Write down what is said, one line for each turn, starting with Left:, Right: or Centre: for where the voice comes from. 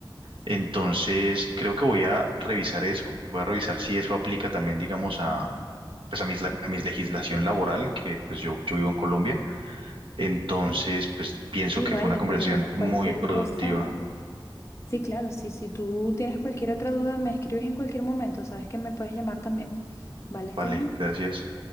Right: Entonces, creo que voy a revisar eso. Voy a revisar si eso aplica también, digamos, a, pues a mis, la- a mis legislación laboral, que pues yo, yo vivo en Colombia. Entonces, pues pienso
Left: Sí,
Right: que
Left: vale,
Right: fue una conversación
Left: pero
Right: muy
Left: cualquier
Right: productiva.
Left: cosa. Sí, claro, sí, si tú tienes cualquier otra duda, me escribes en cualquier momento, sabes que me puedes llamar también. ¿Vale, Esteban?
Right: Vale, gracias.